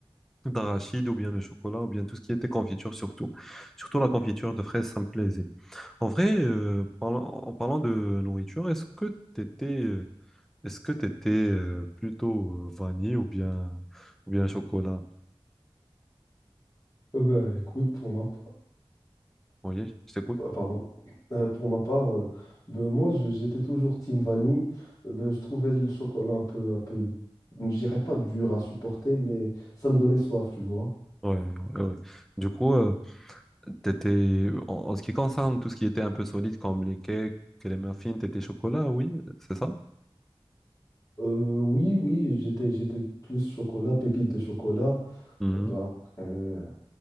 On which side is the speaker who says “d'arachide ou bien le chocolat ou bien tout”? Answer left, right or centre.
Centre